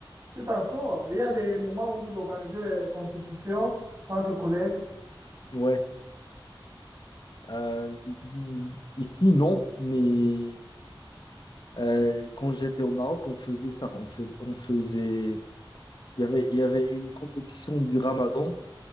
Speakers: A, on the right (about 35°); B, on the left (about 55°).
A: Tu t'en sors. Et il y a des moments où vous organisez des compétitions entre collègues.
B: Ouais. Euh, i- i- ici, non, mais euh, quand j'étais au Maroc, on faisait ça. On fait, on faisait. Il y avait, il y avait une compétition du Ramadan.